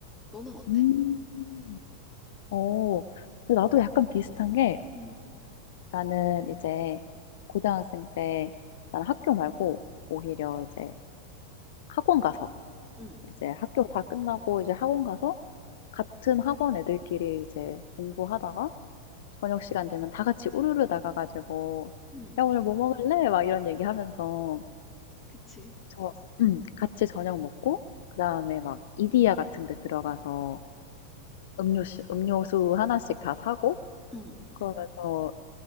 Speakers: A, in the centre; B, on the left (about 55°).
A: 너는 어때?
B: 음. 음. 어, 근데 나도 약간 비슷한 게
A: 응,
B: 나는 이제 고등학생 때 나는 학교 말고 오히려 이제 학원 가서
A: 응,
B: 이제 학교 다 끝나고 이제 학원 가서 같은 학원 애들끼리 이제 공부하다가 저녁 시간 되면 다 같이 우르르 나가 가지고
A: 응,
B: "야 오늘 뭐 먹을래?" 막 이런 얘기하면서
A: 그치.
B: 저 그치. 음 같이 저녁 먹고 그다음에 막 이디야 같은 데 들어가서 음료 음료수 하나씩 다 사고
A: 응,
B: 그러면서